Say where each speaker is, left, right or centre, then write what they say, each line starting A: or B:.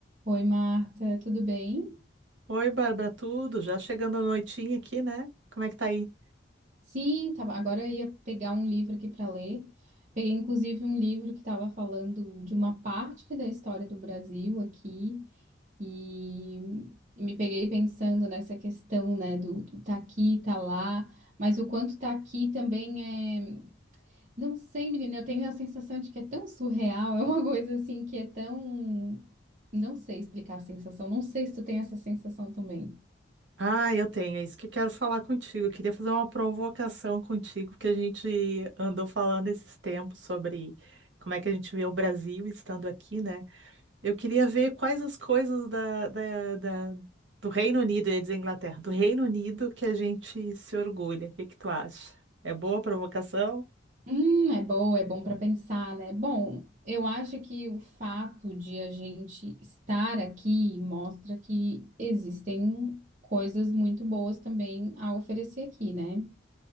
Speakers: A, on the right; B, on the right.
A: Oi, Marta, tudo bem?
B: Oi, Bárbara, tudo? Já chegando a noitinha aqui, né? Como é que tá aí?
A: Sim, tava, agora eu ia pegar um livro aqui para ler. Peguei inclusive um livro que estava falando de uma parte da história do Brasil aqui e, me peguei pensando nessa questão, né, do, do tá aqui, tá lá, mas o quanto tá aqui também é, não sei, menina, eu tenho a sensação de que é tão surreal, <laughs> é uma coisa assim que é tão, não sei explicar a sensação, não sei se tu tem essa sensação também.
B: Ah, eu tenho, é isso que eu quero falar contigo. Eu queria fazer uma provocação contigo, porque a gente andou falando esses tempos sobre como é que a gente vê o Brasil estando aqui, né? Eu queria ver quais as coisas da, da- da- do Reino Unido, eu ia dizer Inglaterra, do Reino Unido que a gente se orgulha. O que que tu acha? É boa a provocação?
A: Hum, é boa, é bom para pensar, né? Bom, eu acho que o fato de a gente estar aqui mostra que existem coisas muito boas também a oferecer aqui, né?